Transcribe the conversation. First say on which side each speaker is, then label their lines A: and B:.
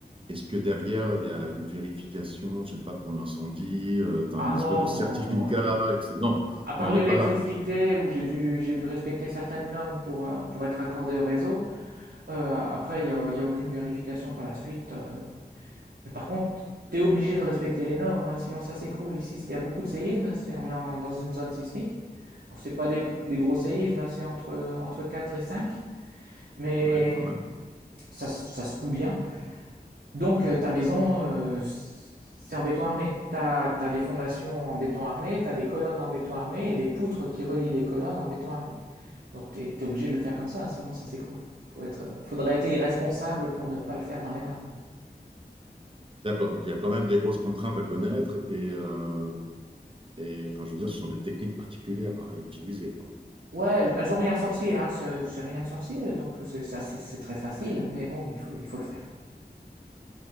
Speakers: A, on the right; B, on the right.
A: est-ce que derrière, il y a une vérification, je sais pas, pour l'incendie, tu
B: Ah
A: as une
B: non,
A: espèce de
B: non,
A: certificat,
B: non. oui.
A: etc. Non,
B: À part
A: on n'en
B: l'électricité,
A: est pas là.
B: où j'ai dû, j'ai dû respecter certaines normes pour, euh, pour être accordé au réseau, euh, après, il n'y a, il y a aucune vérification par la suite. euh. Mais par contre, tu es obligé de respecter les normes, hein, sinon ça s'écroule. Ici, il y a beaucoup de séismes, c'est, on est en- dans une zone sismique. C'est pas des, des gros séismes, hein, c'est entre, entre 4 et 5, mais
A: Ouais, quand même.
B: ça, ça se coud bien. Donc euh, ta maison, euh, c'est en béton armé. Tu as, des fondations en béton armé, tu as des colonnes en béton armé et des poutres qui relient les colonnes en béton armé. Donc tu es, obligé de le faire comme ça, sinon ça s'écroule. Faut être, faudrait être irresponsable pour ne pas le faire dans les normes.
A: D'accord, donc il y a quand même des grosses contraintes à connaître et, euh, et enfin, je veux dire, ce sont des techniques particulières à utiliser.
B: Ouais, elles ont rien de sorcier, hein, c'est c'est rien de sorcier, donc c'est c'est assez- c'est très facile, mais bon, il faut, il faut le faire.